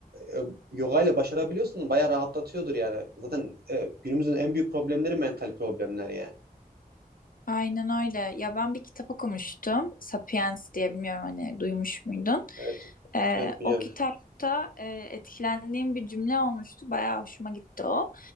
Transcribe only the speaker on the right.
e, yoga ile başarabiliyorsan bayağı rahatlatıyordur yani. Zaten e, günümüzün en büyük problemleri mental problemler yani.
Evet.
Evet biliyorum.